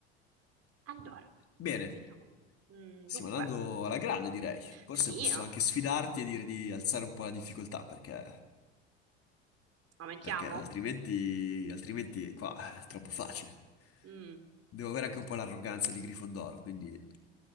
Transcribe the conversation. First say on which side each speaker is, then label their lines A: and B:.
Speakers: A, on the right; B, on the left.
A: Allora,
B: Bene,
A: vediamo. Mm,
B: stiamo
A: dunque,
B: andando alla grande, direi. Forse
A: sì,
B: posso
A: eh,
B: anche sfidarti e dire di alzare un po' la difficoltà, perché...
A: aumentiamo?
B: perché altrimenti, altrimenti qua è troppo facile.
A: Mm,
B: Devo avere anche un po' l'arroganza di Gryffondor, quindi